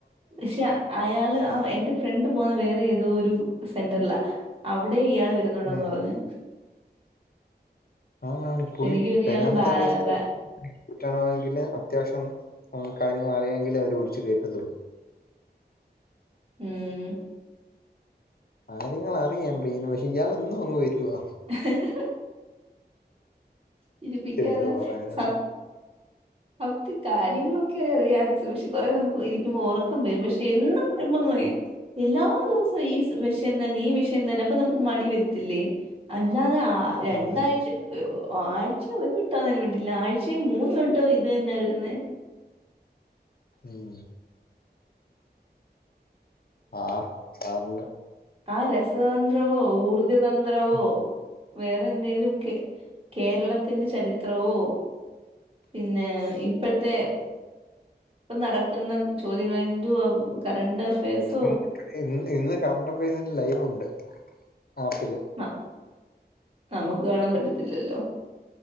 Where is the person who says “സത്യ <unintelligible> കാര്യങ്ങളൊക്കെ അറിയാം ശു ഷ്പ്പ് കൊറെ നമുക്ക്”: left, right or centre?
Right